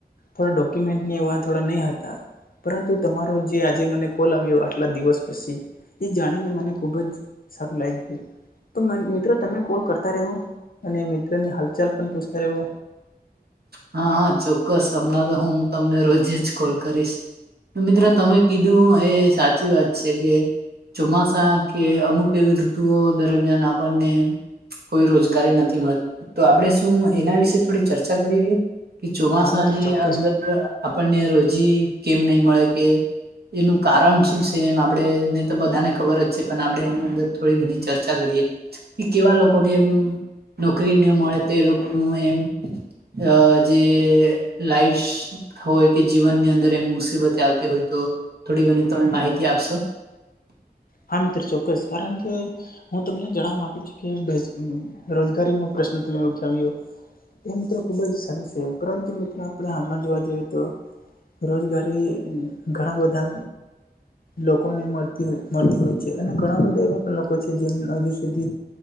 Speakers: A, on the left (about 60°); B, on the right (about 70°).
A: થોડા ડોક્યુમેન્ટની એવા થોડા નહીં હતા પરંતુ તમારો જે આજે મને કોલ આવ્યો આટલા દિવસ પછી એ જાણીને મને ખુબ જ સારું લાગ ગયું તો મેં મિત્રો તમે કોલ કરતા રહો અને મિત્રોની હાલચાલ પણ પૂછતા રહો
B: હા હા ચોક્કસ હમણાં તો હું હું તમને રોજ જ કોલ કરીશ તો મિત્ર તમે કીધું એ સાચી વાત છે કે ચોમાસા કે અમુક એવી ઋતુઓ દરમિયાન આપણને કોઈ રોજગારી નથી મળ તો આપડે શું એના વિશે થોડી ચર્ચા કરીએ કે કે ચોમાસાની
A: હા મિત્ર ચોક્કસ
B: અંદર આપણને રોજી કેમ નહી મળે કે એનું કારણ શું છે એમ આપણેને તો બધાને ખબર જ છે પણ આપડે એની અંદર થોડી ઘણી ચર્ચા કરીએ કેવા લોકોને એમ નોકરી ના મળે તો એ લોકો નું એમ અ જે લાઈસ હોય કે જીવનની અંદર એમ મુસીબત આવતી હોય તો થોડી ઘણી તમે માહિતી આપશો
A: હા મિત્ર ચોક્કસ કારણ કે હું તમને જણવા માગુ છું કે રોજગારીનો પ્રશ્ન તમે ઉઠાવ્યો એ મિત્રો ખુબ જ સારું છે પરંતુ મિત્રો આપડે હાલમાં જોવા જઈએ તો રોજગારી ઘણા બધા લોકોને મળતી હોય મળતી હોય છે અને ઘણા બધા એવા પણ લોકો છે જેમ હજુ સુધી